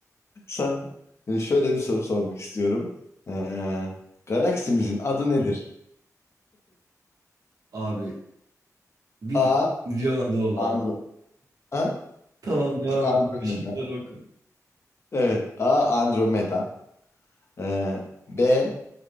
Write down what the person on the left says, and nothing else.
sana e, şöyle bir soru sormak istiyorum. Ee, galaksimizin adı nedir?
A.
Andro A.
Andromeda.
Evet. A. Andromeda. Ee, B.